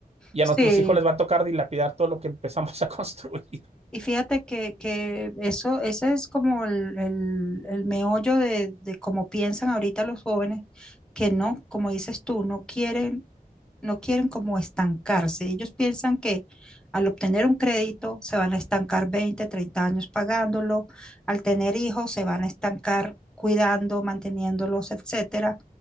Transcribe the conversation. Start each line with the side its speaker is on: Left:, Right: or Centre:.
Right: Y
Centre: Sí,
Right: a nuestros hijos les va a tocar dilapidar todo lo que empezamos a <laughs> construir.
Centre: Y fíjate que, que eso, ese es como el, el- el meollo de, de cómo piensan ahorita los jóvenes, que no, como dices tú, no quieren, no quieren como estancarse. Ellos piensan que al obtener un crédito se van a estancar 20 30 años pagándolo, al tener hijos se van a estancar cuidando, manteniéndolos, etcétera.